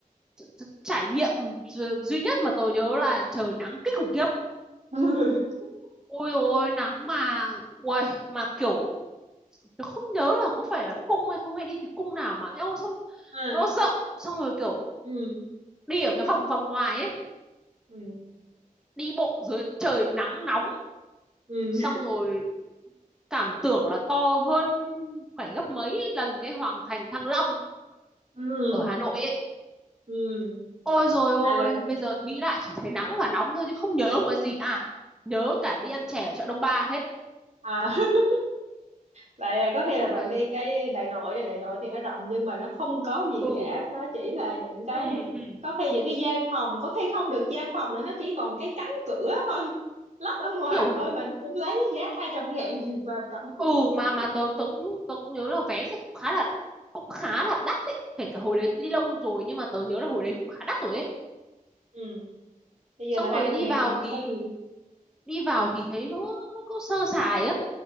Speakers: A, in the centre; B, on the right (about 50°).
A: tr- tr- trải nghiệm du- duy nhất mà tớ nhớ là trời nắng kinh khủng khiếp
B: <laughs>
A: ôi ôi nắng mà uầy mà kiểu tớ không nhớ là có phải là cung hay không hay đi cái cung nào mà eo sao
B: ừ,
A: nó rộng xong rồi kiểu
B: ừ.
A: đi ở cái vòng vòng ngoài ấy
B: Ừ.
A: đi bộ dưới trời nắng nóng
B: Ừ.
A: xong rồi cảm tưởng là to hơn phải gấp mấy lần cái Hoàng Thành Thăng Long
B: Ừ.
A: ở Hà Nội ấy.
B: Ừ.
A: Ôi rồi ôi,
B: Mà là,
A: bây giờ nghĩ lại chỉ thấy nắng và nóng thôi chứ không nhớ một cái gì à. Nhớ
B: à.
A: cả đi ăn chè ở chợ Đông Ba hết.
B: À. <laughs> vậy là có thể
A: Nói chung
B: là bạn
A: là
B: đi cái đại nội này đại nội thì nó rộng nhưng mà nó không có gì
A: ừ
B: cả nó chỉ là những cái
A: ừ ừ ừ.
B: có khi những cái gian phòng có khi không được gian phòng nữa nó chỉ còn cái cánh cửa thôi lắp ở ngoài
A: kiểu
B: thôi mà nó cũng lấy giá hai trăm ngàn <laughs> vào cổng
A: ừ mà mà tớ tớ cũng tớ cũng nhớ là vé rất- khá là cũng khá là đắt ấy. Kể cả hồi đấy đi lâu rồi nhưng mà tớ nhớ là hồi đấy cũng khá đắt rồi ấy.
B: ừ. bây giờ
A: Xong
B: là
A: rồi
B: hai trăm
A: đi
B: ngàn
A: vào
B: mà không
A: thì
B: có gì
A: đi vào thì thấy nó nó cứ sơ sài á.